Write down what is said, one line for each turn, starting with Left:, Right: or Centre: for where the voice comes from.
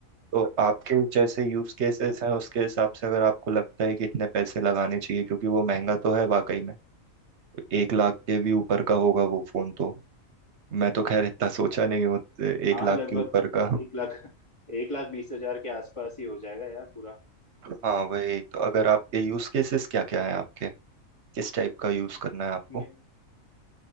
Right: तो आपके जैसे यूज़ केसेस हैं उसके हिसाब से अगर आपको लगता है कि इतने पैसे लगाने चाहिए क्योंकि वो महंगा तो है वाकई में एक लाख के भी ऊपर का होगा वो फोन तो मैं तो खैर इतना सोचा नहीं हूँ एक
Left: हाँ
Right: लाख
Left: लगभग
Right: के ऊपर का
Left: एक लाख एक लाख बीस हजार के आसपास ही हो जाएगा यार पूरा
Right: हाँ वही तो अगर आपके यूज केसेस क्या क्या है आपके किस टाइप का यूज करना है आपको
Left: मैं